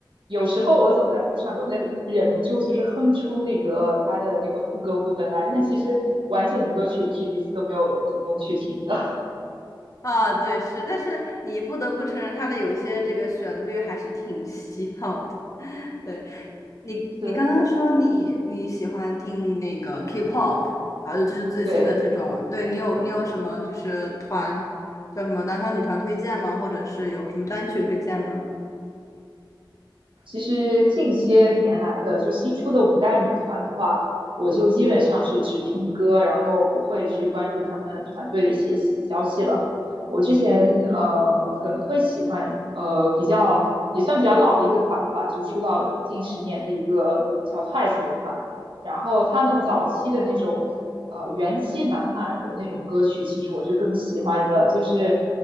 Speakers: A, on the right (about 80°); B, on the left (about 40°).
A: 有时候我走在路上都会忍不住就是哼出那个它的那个副歌部分来，但其实完整的歌曲我是一次都没有主动去听的。
B: 啊，对，是，但是你不得不承认，它的有一些这个旋律还是挺洗脑的。对，
A: <laughs>
B: 你，
A: 是，
B: 你刚刚说你你喜欢听那个 K-pop，然后尤其是最新的这种，
A: 对。
B: 对你有你有什么就是团叫什么男团女团推荐吗？或者是有什么单曲推荐吗？
A: 其实近些年来的，就新出的五代女团的话，我就基本上是只听歌，然后不会去关注他们团队的一些消息了。我之前呃可能会喜欢呃比较也算比较老的一个团了吧，就出道近十年的一个叫 Twice 的团，然后他们早期的那种呃元气满满的那种歌曲，其实我是更喜欢的。就是